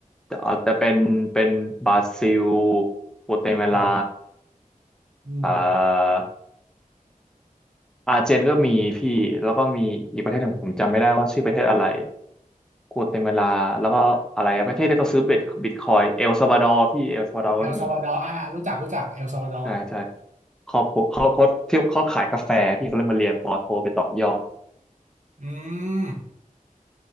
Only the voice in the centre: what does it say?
อาจจะเป็นเป็นบราซิลโกเตมาลา
อ่าอาร์เจนก็มีพี่แล้วก็มีอีกประเทศหนึ่งผมจำไม่ได้ว่าชื่อประเทศอะไรโกเตมาลาแล้วก็อะไรอะประเทศที่เขาซื้อเบ็ดบิตคอยเอลซัลวาดอร์พี่เอลซัลวาดอร์ก็มี
ใช่ใช่ครอบครัวเขาเขาที่เขาขายกาแฟพี่เขาเลยมาเรียนปอโทไปต่อยอด